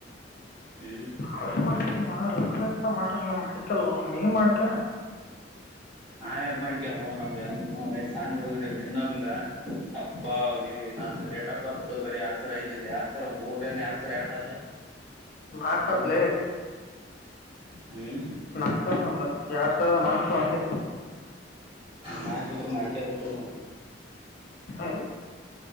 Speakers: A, on the right (about 30°); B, on the left (about 50°).
A: ಹ್ಮ್
B: ಕಾಲೇಜ್ ಮಾಡ್ತೀವಿ ಮಾ ಲಗ್ನ ಗಿಗ್ಣ ಮಾಡಲ್ಲ ಮಾಡ್ಕಲ್ವ ನೀವ ಮಾಡ್ಕ
A: ನಾ ಯಪ್ ಮಾಡ್ಕ್ಯವು ನಮ್ಗೆನ್ನ ವಯಸ್ಸ ಹಣ್ಣ ಹುಡುಗ್ರವ್ ನಿನ್ನಂಗ ಅಪ್ಪ ನೀ ನನ್ನ ಡೇಟ್ ಆಫ್ ಬರ್ತ್ ಬರೀ ಎರಡ್ ಸಾವಿರ ಐದ್ ನಿಂದ ಎರಡ್ ಸಾವಿರ ಮೂರನೆ ಎರಡ್ ಸಾವರ ಎರಡ ಅದ
B: ಮಾಕಪ್ಲೆ
A: ಗೊತ್ತಿಲ್ಲ ಹ್ಮ್
B: ನಾಕ ಒಂದ ಎರಡ್ ಸಾವಿರದ ನಾಕ ಸಾವರ ಒಂದೇ
A: ನಾಕಿದ್ರ ಮಾಡ್ಕಬೇಕಿಲ್ ಒಂದು
B: ಏ